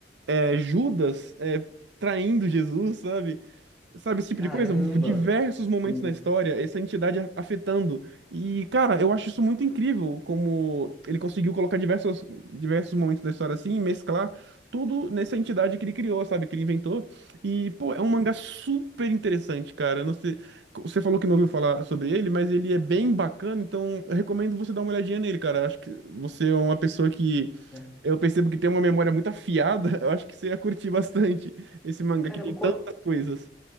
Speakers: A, on the right; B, in the centre.
A: é, Judas é, traindo Jesus, sabe? Sabe, esse tipo
B: Caramba,
A: de coisa? Diversos momentos
B: sim.
A: na história, essa entidade a- afetando. E, cara, eu acho isso muito incrível, como ele conseguiu colocar diversos, diversos momentos da história assim, e mesclar tudo nessa entidade que ele criou, sabe? Que ele inventou. E, pô, é um mangá super interessante, cara. Eu Não sei, você falou que não ouviu falar sobre ele, mas ele é bem bacana, então eu recomendo você dar uma olhadinha nele, cara. Eu Acho que você é uma pessoa que.
B: né?
A: Eu percebo que tem uma memória muito afiada, <laughs> eu acho que você ia curtir bastante esse mangá
B: Caramba,
A: que tem tantas
B: qual,
A: coisas.